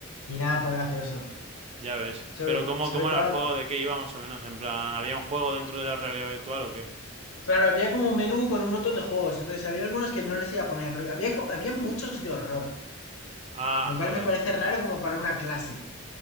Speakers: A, on the left (about 80°); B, on the right (about 30°).
A: Y nada, todo gracioso.
B: Ya ves.
A: Sobre,
B: Pero ¿cómo,
A: sobre
B: cómo
A: todo,
B: era el juego? ¿De qué iba más o menos? En plan, ¿había un juego dentro de la realidad virtual o qué?
A: claro, había como un menú con un montón de juegos, entonces había algunos que no les iba a poner, había, co- había muchos de horror.
B: Ah,
A: lo
B: joder.
A: cual me parece raro como para una clase.